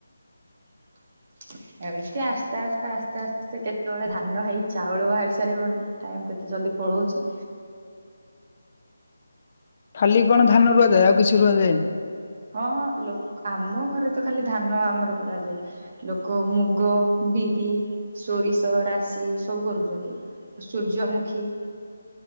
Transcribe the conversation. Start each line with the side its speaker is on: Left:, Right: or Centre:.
Right: <inaudible> ଏମିତି ଆସ୍ତେ ଆସ୍ତେ ଆସ୍ତେ ଆସ୍ତେ ସେ କେତେବେଳେ ଧାନ ହେଇ ଚାଉଳ ବାହାରି ସାରିବଣି। ଟାଇମ୍ କେତେ ଜଲଦି ପଳଉଚି।
Left: ଖାଲି କଣ ଧାନ ରୁଆଯାଏ ଆଉ କିଛି ରୁଆଯାଏନି।
Right: ହଁ ହଁ ଲକ ଆମ ଘରେ ତ ଖାଲି ଧାନ ଆମର କରାଯାଏ। ଲୋକ ମୁଗ, ବିରି, ସୋରିଷ, ରାଶି ସବୁ କରୁଛନ୍ତି। ସୂର୍ଯ୍ୟମୁଖୀ।